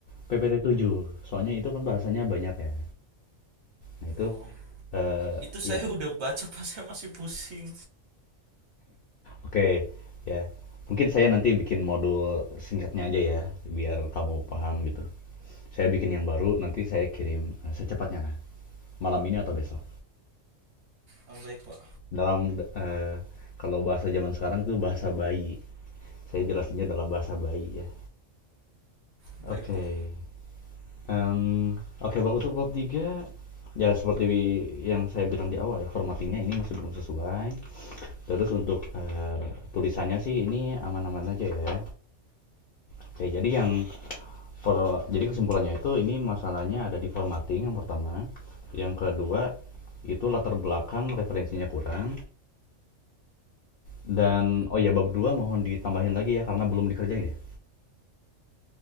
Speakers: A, on the left; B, on the right.
A: PPT tujuh soalnya itu kan bahasanya banyak ya. Nah itu,
B: oh
A: eee,
B: itu saya
A: iya
B: <laughs> udah baca pak saya masih pusing
A: oke, ya. Mungkin saya nanti bikin modul singkatnya aja ya, biar kamu paham gitu. Saya bikin yang baru, nanti saya kirim, eee, secepatnya lah, malam ini atau besok.
B: Ah, baik pak
A: dalam eh, kalau bahasa zaman sekarang itu bahasa bayi. Saya jelasinnya dalam bahasa bayi ya.
B: baik
A: Oke.
B: pak
A: Em, Oke, Pak, untuk bab 3 ya seperti yang saya bilang di awal ya, formattingnya ini masih belum sesuai. Terus untuk eh, tulisannya sih ini aman-aman aja ya. Oke, jadi yang per- jadi kesimpulannya itu ini masalahnya ada di formatting yang pertama. Yang kedua itu latar belakang referensinya kurang dan oh ya bab 2 mohon ditambahin lagi ya karena belum dikerjain ya.